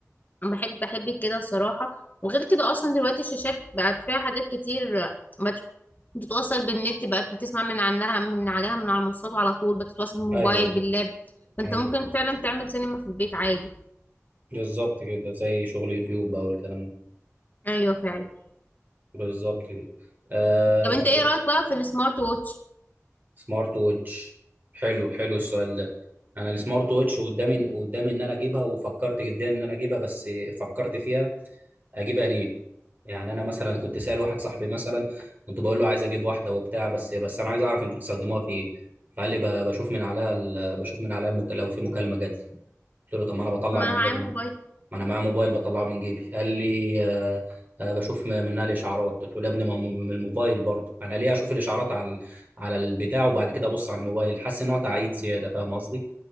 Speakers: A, on the left (about 35°); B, on the right (about 35°).
A: انا بحب بحب كده الصراحه وغير كده اصلا دلوقتي الشاشات بقت فيها حاجات كتير بت- بتتوصل بالنت بقت بتسمع من عنها من عليها من على المنصات على طول بتتواصل بالموبايل
B: أيوه
A: باللاب فانت
B: امم
A: ممكن فعلا تعمل سينما في البيت عادي
B: بالظبط كده زي شغل يوتيوب بقى والكلام ده
A: ايوه فعلا
B: بالظبط كده آه
A: طب
B: طب
A: انت ايه رايك بقى في السمارت ووتش
B: سمارت ووتش حلو حلو السؤال ده انا السمارت ووتش قدامي قدامي ان انا اجيبها وفكرت جدا ان انا اجيبها بس فكرت فيها اجيبها ليه يعني انا مثلا كنت سأل واحد صاحبي مثلا كنت بقول له عايز اجيب واحده وبتاع بس بس انا عايز اعرف انتوا بتستخدموها في ايه فقال لي ب- بشوف من عليها ال- بشوف من عليها المك... لو في مكالمه جات لي قلت له طب ما انا بطلع
A: ما
B: الموبايل
A: انا معايا موبايل
B: ما انا معايا موبايل بطلعه من جيبي قال لي آه آه بشوف م- منها الاشعارات قلت له يا ابني ما هو من الموبايل برضه انا ليه اشوف الاشعارات على ال- على البتاع وبعد كده ابص على الموبايل حاسس ان هو تعقيد زياده فاهم قصدي